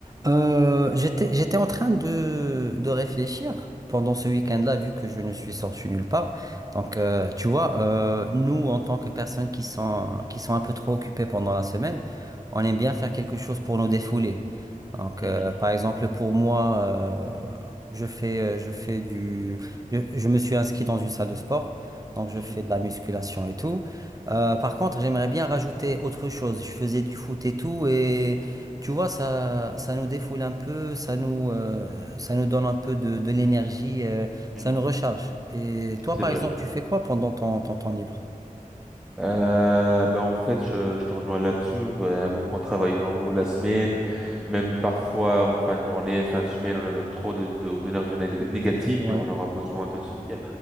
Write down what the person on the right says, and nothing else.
Euh, j'étais, j'étais en train de, de réfléchir pendant ce week-end-là, vu que je ne suis sorti nulle part. Donc, euh, tu vois, euh, nous, en tant que personnes qui sont, qui sont un peu trop occupées pendant la semaine, on aime bien faire quelque chose pour nous défouler. Donc,
euh, par exemple, pour moi, euh, je fais, euh, je fais du, je, je me suis inscrit dans une salle de sport, donc je
fais de la musculation et tout. Euh, par contre, j'aimerais bien rajouter autre chose. Je faisais du foot et tout, tu vois, ça, ça nous défoule un peu, ça nous, euh, ça nous donne un peu de, de l'énergie, euh, ça
nous recharge. Et toi,
par
exemple, tu fais quoi pendant ton, ton temps libre?
Ouais,